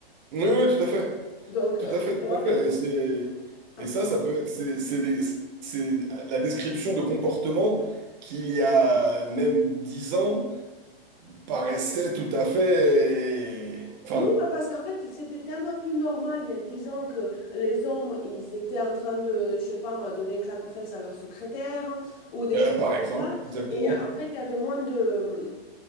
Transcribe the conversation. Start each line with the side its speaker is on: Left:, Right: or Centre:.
Right: Oui, oui, oui, tout à fait.
Left: Donc,
Right: Tout
Left: euh,
Right: à
Left: tu
Right: fait, tout
Left: vois.
Right: à fait. Et c'est,
Left: Ah,
Right: et ça,
Left: pardon.
Right: ça peut être, c'est c'est des- c'est la description de comportements qu'il y a même dix ans paraissait tout à fait... Enfin,
Left: Oui, bah parce qu'en fait, c'était tellement plus normal il y a dix ans que les hommes, ils étaient en train de, je sais pas moi, donner une claque aux fesses à leur secrétaire ou des
Right: euh,
Left: choses
Right: par
Left: comme
Right: exemple,
Left: ça.
Right: exactement.
Left: Et en fait, il y avait moins de,